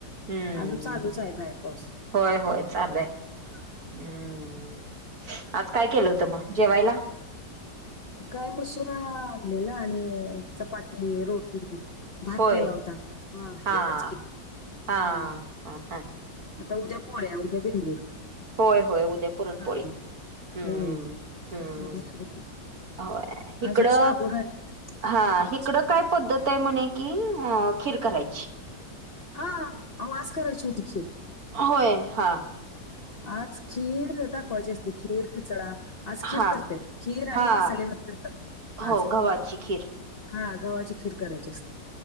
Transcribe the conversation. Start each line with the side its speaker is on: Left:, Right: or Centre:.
Right: हम्म
Left: अजून चालूच आहे बाहेर. पाऊस
Right: होय होय चालू आहे.
Left: हा.
Right: हम्म आज काय केलं होतं मग जेवायला?
Left: काय मसुरा आणलेलं आणि चपाती रोटी. भात
Right: होय
Left: केला होता हां
Right: हा
Left: एवढंच की,
Right: हा
Left: हम्म
Right: हा हा
Left: आता उद्या पोळ्या उद्या बेंदूर.
Right: होय होय उद्या पुरणपोळी
Left: हा.
Right: हम्म
Left: हो
Right: हम्म
Left: उद्या आहे ते
Right: होय. <unintelligible>
Left: अजून शाबू राहिलेत
Right: हां
Left: कालची
Right: इकडं
Left: अजून
Right: काय पद्धत आहे म्हणे. की अ खीर करायची.
Left: हां अहो आज करायची होती खीर.
Right: होय हां.
Left: आज खीर दाखवायची असते खीर. खिचडा आज खीर
Right: हा
Left: करत्यात खीर आणि
Right: हा
Left: मसाले भात करतात
Right: हो
Left: आज.
Right: गव्हाची खीर
Left: हां गव्हाची खीर करायची असते.